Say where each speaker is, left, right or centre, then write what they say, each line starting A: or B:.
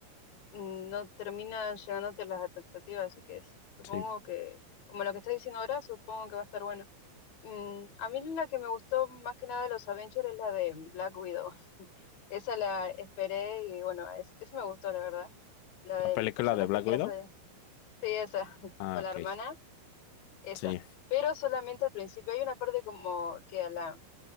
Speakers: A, on the left (about 45°); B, on the left (about 85°).
A: mm, no terminan llegándote las expectativas, así que s- supongo
B: Sí.
A: que como lo que estás diciendo ahora, supongo que va a estar bueno. Mm, a mí la que me gustó más que nada de los Avengers es la de Black Widow. <laughs> Esa la esperé y bueno, es, esa me gustó, la verdad. La
B: La
A: del
B: película
A: personaje
B: de Black
A: que
B: Widow.
A: hace, sí, esa, <laughs>
B: Ah,
A: con
B: ok.
A: la hermana. Esa.
B: Sí,
A: Pero solamente al principio. Hay una parte como que a la,